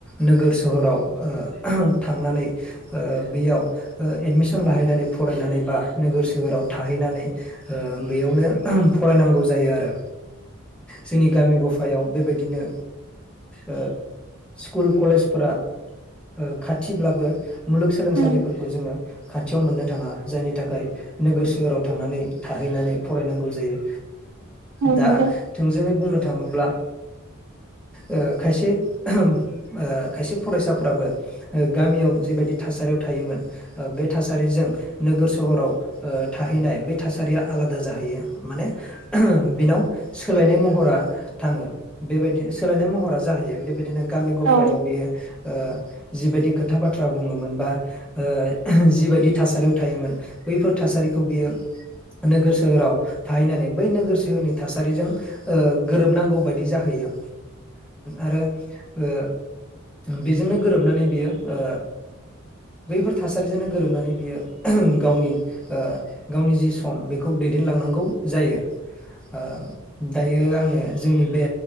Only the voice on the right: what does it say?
औ
नोंथां
औ